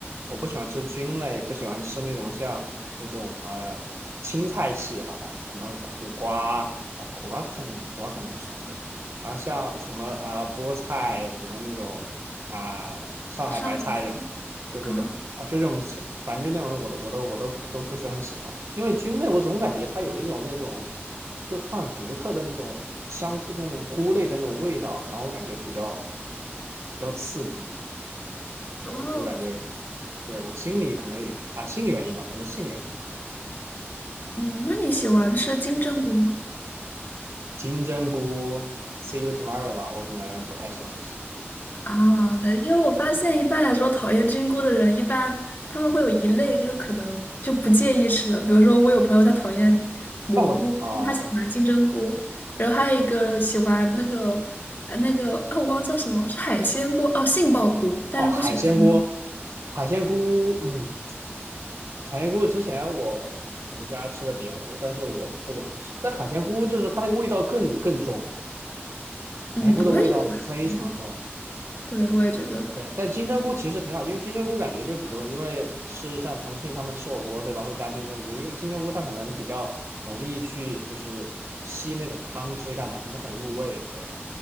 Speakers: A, on the right (about 80°); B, on the left (about 50°).
A: 我不喜欢吃菌类，不喜欢吃那种像那种呃青菜系，好吧，什么苦瓜啊，苦瓜不算进，苦瓜可能不算，对，然后像什么啊、菠菜什么那种啊、上海白菜这种。
B: 上海青
A: 就这种啊，
B: 啊，
A: 就这种是，反正就那种我都我都我都都不是很喜欢，因为菌类我总感觉它有一种那种，就它很独特的那种香菇，那种菇类的那种味道，然后我感觉比较比较刺鼻，对我就感觉，
B: 哦，
A: 对我心里可能有啊心理原因吧，可能心理原因，
B: 嗯，那你喜欢吃金针菇吗？
A: 金针菇 see you tomorrow 嘛，我可能不太喜欢吃，
B: 啊，对，因为我发现一般来说讨厌菌菇的人，一般他们会有一类就是可能就不介意吃的，比如说我有朋友他讨厌蘑菇，
A: 那我啊
B: 但他喜欢金针菇，然后还有一个喜欢那个呃那个哦，我忘了叫什么，是海鲜菇哦，杏鲍菇，但是不喜欢金针菇。
A: 哦海鲜菇，海鲜菇，嗯。产鲜菇之前我我们家吃的比较多，但是我不怎么吃。但海鲜菇就是它那个味道更更重，
B: 嗯，
A: 海鲜菇的味道非常重。
B: 我也觉得很幸运对，我也觉得
A: 对，但金针菇其实挺好，因为金针菇感觉就比如说，因为吃像重庆他们吃火锅对吧，会加金针菇，因为金针菇它可能比较容易去就是吸那种汤汁干嘛都很入味。对，